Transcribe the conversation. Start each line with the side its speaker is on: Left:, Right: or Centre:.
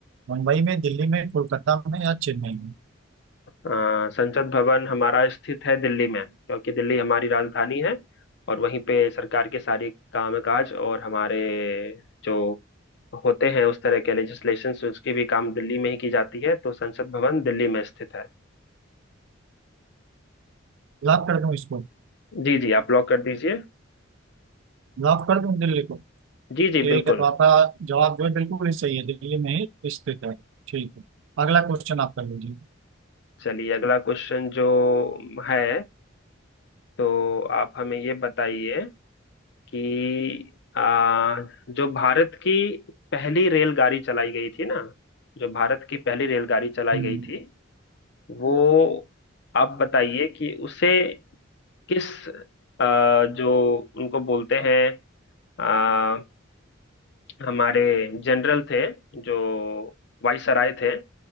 Right: मुंबई में दिल्ली में कोलकाता में या चेन्नई में
Left: अ, संसद भवन हमारा स्थित है दिल्ली में क्योंकि दिल्ली हमारी राजधानी है और वहीं पे सरकार के सारे कामकाज और हमारे जो होते हैं उस तरह के लेजिस्लेशन उसकी भी काम दिल्ली में ही की जाती है तो संसद भवन दिल्ली में स्थित है
Right: लॉक कर दूं इसको
Left: जी जी आप लॉक कर दीजिए
Right: लॉक कर दूं दिल्ली को?
Left: जी जी
Right: ठीक
Left: बिल्कुल
Right: है तो आपका जवाब जो है बिल्कुल ही सही है दिल्ली में ही स्थित है ठीक है अगला क्वेश्चन आप कर लीजिए
Left: चलिए अगला क्वेश्चन जो है तो आप हमें ये बताइए कि आ, जो भारत की पहली रेलगाड़ी चलाई गई थी ना जो भारत की पहली रेलगाड़ी चलाई
Right: हम्म
Left: गई थी वो आप बताइए कि उसे किस आ, जो उनको बोलते हैं आ, हमारे जनरल थे जो वायसराय थे